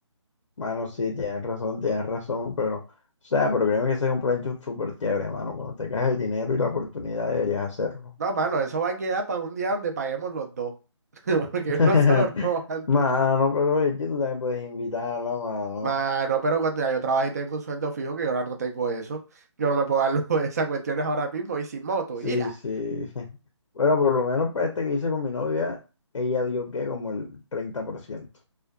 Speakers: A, on the left; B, on the right.
A: Mano, sí, tienes razón, tienes razón, pero, o sea, pero créeme que ese es un plan chu- súper chévere, mano. Cuando tengas el dinero y la oportunidad deberías hacerlo.
B: No, mano, eso va a quedar para un día donde paguemos los dos. <laughs> Porque
A: <laughs>
B: uno solo no aguanta.
A: Mano, pero es que tú también puedes invitarla, mano.
B: Mano, pero cuando ya yo trabajo y tengo un sueldo fijo, que yo ahora no tengo eso, yo no me puedo dar lujo de esas cuestiones ahora mismo y sin moto,
A: Sí,
B: ira.
A: sí. <laughs> Bueno, por lo menos para este que hice con mi novia, ella dio que como el 30%.